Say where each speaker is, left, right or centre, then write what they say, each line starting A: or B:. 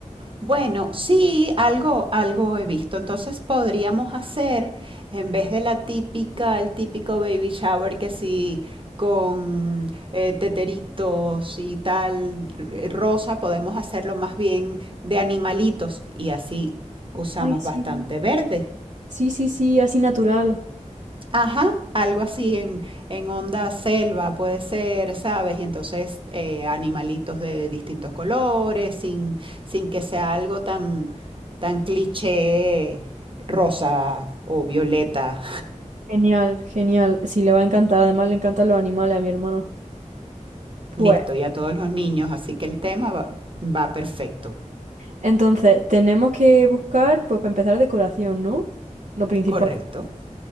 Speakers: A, on the right; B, on the right.
A: Bueno, sí, algo, algo he visto. Entonces podríamos hacer, en vez de la típica, el típico baby shower que sí, con eh, teteritos y tal, eh, rosa, podemos hacerlo más bien de animalitos y así usamos
B: Ay, sí.
A: bastante verde.
B: Sí, sí, sí, así natural.
A: Ajá, algo así en, en onda selva puede ser, ¿sabes? Y entonces eh, animalitos de distintos colores, sin, sin que sea algo tan, tan cliché rosa o violeta.
B: Genial, genial. Sí, le va a encantar. Además, le encantan los animales a mi hermana. Pues,
A: Listo, y a todos los niños, así que el tema va, va perfecto.
B: entonces, tenemos que buscar, pues, para empezar, decoración, ¿no? Lo principal.
A: Correcto.